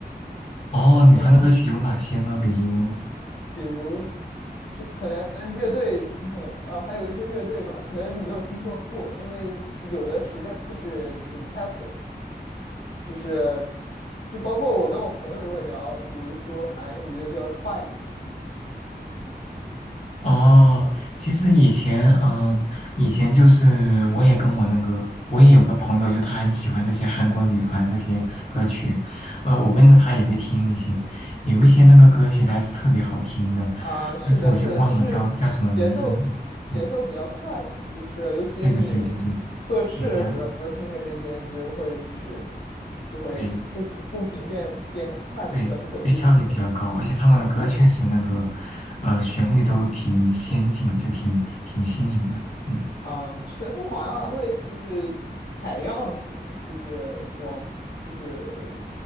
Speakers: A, on the left; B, on the left.
A: 哦，
B: 然后
A: 女团的歌曲有哪些呢？比如，
B: 比如就可能乐队，你可能呃还有一些乐队吧，可能你没有听说过，因为有的实在是就是不太火，就是就包括我跟我朋友也会聊，比如说韩娱的叫 Twice。
A: 哦，
B: 嗯。
A: 其实以前，嗯、以前就是我也跟我那个，我也有个朋友，就他很喜欢这些韩国女团这些歌曲，呃，我跟着他也会听一些，有一些那个歌其实还是特别好听的，
B: 啊，是的，
A: 但是我就忘了叫叫什么名字了。
B: 是的，就是节奏节奏比较快嘛，
A: 嗯，
B: 就是尤其你
A: 对对对对对，
B: 做事的时候听着这些，
A: 对，比较
B: 你就会就是就会步频步频变变快，
A: 对
B: 比如说你走路的时候，
A: 对对，效率比较高，而且他们的歌确实那个，呃，旋律都挺先进，就挺挺新颖的。嗯，
B: 嗯，是的他们好像还会就是采样什么的，就是往就是